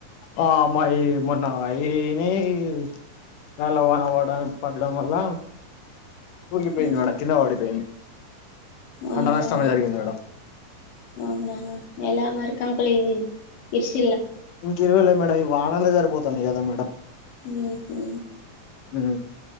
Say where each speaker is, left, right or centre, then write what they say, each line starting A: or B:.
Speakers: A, on the left; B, on the left.
A: ఆ మాయి మొన్న అయినాయ్ రాళ్ళ వాన పడ్డ పడడం వల్ల కూలిపోయింది
B: హ్మ్.
A: మేడం కింద పడిపోయింది పంట
B: అవునా
A: నష్టం జరిగింది మేడం
B: అవునా ఎలా మరీ కంకులు ఇరిసి
A: ఇంక ఇరువలే మేడం ఈ వానాలే సరిపోతున్నాయి కదా మేడం
B: ఉహు
A: ఊ